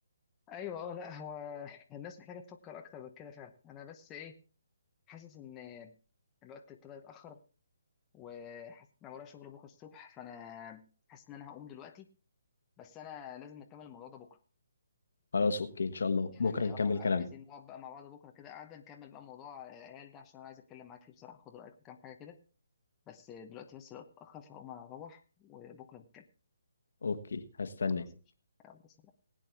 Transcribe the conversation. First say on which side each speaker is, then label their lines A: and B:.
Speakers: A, on the left; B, on the left.
A: أيوه أه لا هو الناس محتاجة تفكر أكتر من كده فعلا أنا بس إيه حاسس إن الوقت ابتدى يتأخر وحاسس إن أنا ورايا شغل بكرة الصبح فأنا حاسس إن أنا هقوم دلوقتي بس انا لازم نكمل الموضوع ده بكره
B: خلاص اوكي ان شاء الله
A: يعني
B: بكرة نكمل
A: اه عايزين
B: كلامنا
A: نقعد بقى مع بعض بكره كده قاعده نكمل بقى موضوع العيال ده عشان انا عايز اتكلم معاك فيه بصراحه خد رايك في كام حاجه كده بس دلوقتي بس الوقت اتاخر فهقوم اروح وبكره نتكلم
B: اوكي هستناك
A: خلاص قشطة. يلا سلام